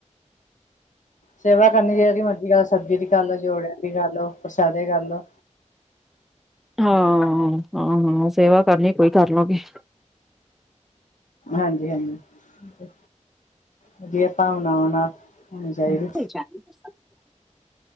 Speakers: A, on the left (about 85°); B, in the centre.
A: ਸੇਵਾ ਕਰਨੀ ਜੇੜੀ ਮਰਜ਼ੀ ਕਰ ਸਬਜੁ ਦੀ ਕਰ ਲੋ, ਜੋੜਿਆਂ ਦੀ ਕਰ ਲੋ, ਪ੍ਰਸਾਦੇ ਕਰ ਲੋ।
B: ਹਾਂ-ਹਾਂ-ਹਾਂ। ਸੇਵਾ ਕਰਨੀ, ਕੋਈ ਕਰ ਲੋ ਬੀ
A: ਹਾਂਜੀ-ਹਾਂਜੀ। ਵਧੀਆ ਭਾਵਨਾਵਾਂ ਨਾਲ ਹੋਣੀ ਚਾਹੀਦੀ
B: <unintelligible>